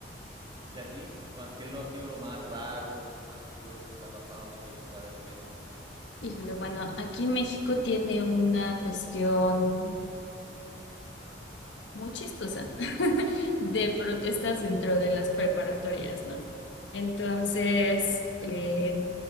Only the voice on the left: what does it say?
Híjole, bueno, aquí México tiene una cuestión. muy chistosa <laughs> de protestas dentro de las preparatorias, ¿no? Entonces, eh,